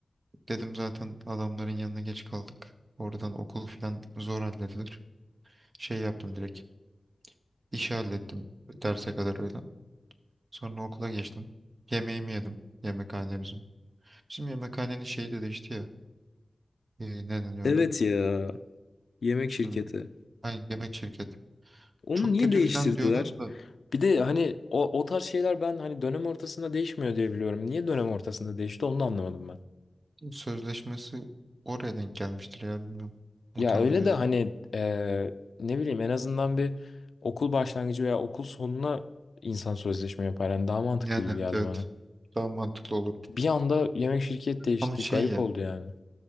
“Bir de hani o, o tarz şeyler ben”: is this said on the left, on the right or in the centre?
Left